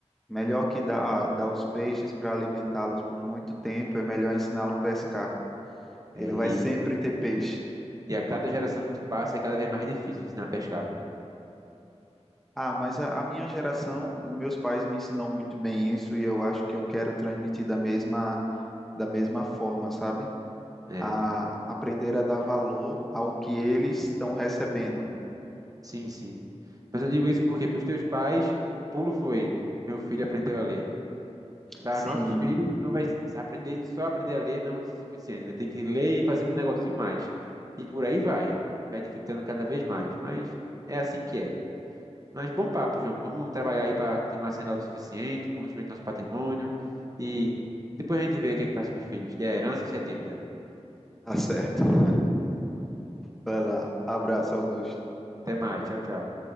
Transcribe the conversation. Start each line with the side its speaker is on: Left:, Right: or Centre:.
Centre: Melhor que dar, dar os peixes para alimentá-los por muito tempo, é melhor ensiná-lo a pescar.
Right: É,
Centre: Ele vai
Right: e,
Centre: sempre ter peixe.
Right: e a cada geração que passa é cada vez mais difícil ensinar a pescar, viu?
Centre: Ah, mas a, a minha geração, meus pais me ensinam muito bem isso e eu acho que eu quero transmitir da mesma, da mesma forma, sabe?
Right: É,
Centre: a aprender a dar valor ao que eles estão recebendo.
Right: sim, sim. Mas eu digo isso porque para os teus pais, o pulo foi, meu filho aprendeu a ler. Para
Centre: Sim.
Right: os nossos filhos, não vai se aprender, só aprender a ler não vai ser suficiente. Vai ter que ler e fazer um negocinho mais. E por aí vai. E vai dificultando cada vez mais. Mas é assim que é. Mas bom papo, João. Vamos trabalhar aí para continuar sendo autossuficiente, construir nosso patrimônio e depois a gente vê o que é que faz com os filhos, se é herança ou se é dívida.
Centre: Tá certo. Vai lá. Abraço, Augusto.
Right: Até mais. Tchau, tchau.